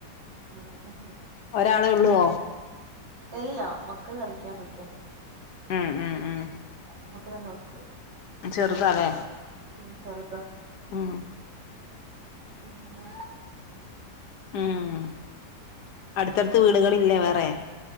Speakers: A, on the right; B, on the left.
A: ആഹ്
B: ഒരാളെ ഒള്ളോ?
A: എല്ലാ മക്കൾ കളിക്കാൻ പോയിക്ക.
B: ഉം ഉം ഉം
A: മൂത്ത രണ്ട് മക്കള്
B: ചെറുതാല്ലേ?
A: ഉം ചെറ്ത.
B: ഉം
A: പിന്നെ
B: ഉം അടുത്തട്ത്ത് വീടുകളില്ലേ വേറെ